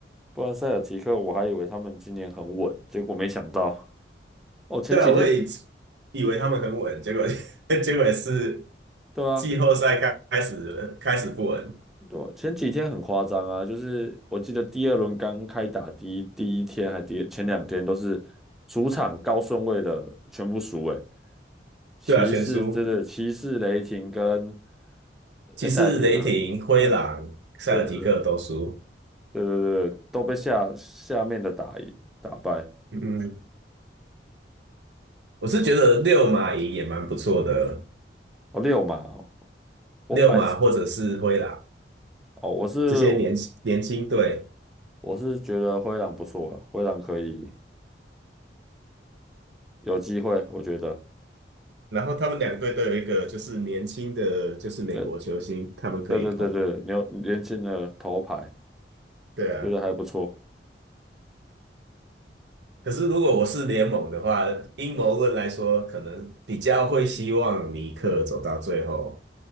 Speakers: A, in the centre; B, on the right (about 80°).
A: 不然塞尔提克我还以为他们今年很稳，结果没想到。哦，前几天，
B: 对啊，我也以为他们很稳，结果 <laughs> 结果也是
A: 对啊，
B: 季后赛开开始开始不稳。
A: 对啊前几天很夸张啊，就是我记得第二轮刚开打第一第一天还第前两天都是主场高顺位的全部输诶，骑士真的骑士、
B: 对啊，全输。
A: 雷霆跟
B: 其士、
A: 呃塞尔提克，
B: 雷霆、灰狼、
A: 嗯，
B: 塞尔提克都输。
A: 对对对对对对，都被下下面的打赢打败，
B: 嗯，我是觉得六马赢也蛮不错的，
A: 我哦六嘛哦我本来是
B: 六马或者是灰狼
A: 哦我是
B: 这些年年轻队。
A: 我是觉得灰狼不错啊，灰狼可以有机会，我觉得。
B: 然后他们两队都有一个就是年轻的，就是美国球星，
A: 呃
B: 他们可以捧。
A: 对对对对，牛年轻的头牌，
B: 对啊，
A: 觉得还不错
B: 可是如果我是联盟的话，阴谋论来说，可能比较会希望尼克走到最后，